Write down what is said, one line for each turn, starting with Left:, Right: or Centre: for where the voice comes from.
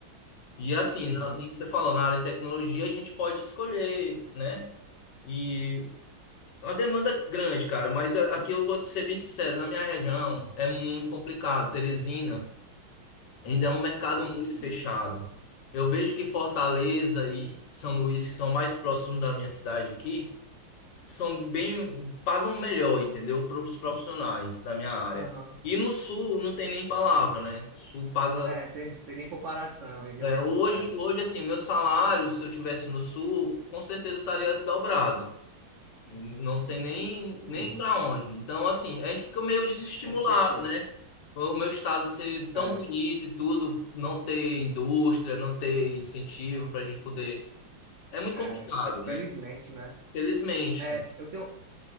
Left: E assim,
Right: Uhum.
Left: na- como você falou, na área de tecnologia a gente pode escolher, né? E é uma demanda grande, cara, mas a- aqui eu vou ser bem sincero, na minha região é muito complicado. Teresina. Ainda é um mercado
Right: Sim,
Left: muito
Right: sim.
Left: fechado. Eu vejo que Fortaleza e
Right: E,
Left: São Luís, que são mais próximos da minha cidade aqui, são bem, pagam melhor, entendeu? Para os profissionais da minha área.
Right: aham.
Left: E no Sul não tem nem palavra, né? O Sul paga.
Right: É, tem, tem nem comparação, região
Left: é,
Right: sul,
Left: hoje,
Right: é.
Left: hoje, assim, meu salário, se eu tivesse no Sul, com certeza eu estaria dobrado. Não tem nem, nem
Right: Uhum.
Left: para onde. Então, assim, a gente fica meio desestimulado,
Right: Com certeza.
Left: né? O meu estado ser tão
Right: É,
Left: bonito e tudo, não ter indústria, não ter incentivo para a gente poder. É muito
Right: é.
Left: complicado, né?
Right: Felizmente, né?
Left: Felizmente,
Right: É,
Left: né?
Right: eu tenho,